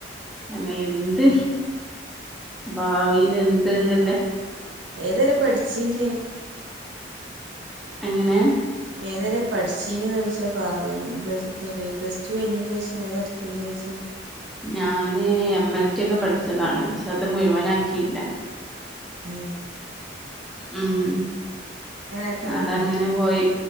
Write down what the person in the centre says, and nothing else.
അന എന്ത് ഭാവിൽ എന്തന്നില്ലേ
എങ്ങനെ
ഞാന് എം എൽ ടി ഒക്കെ പഠിച്ചതാണ് പക്ഷെ അത് മുഴുവനാക്കിയില്ല.
ഉം
അതങ്ങനെ പോയി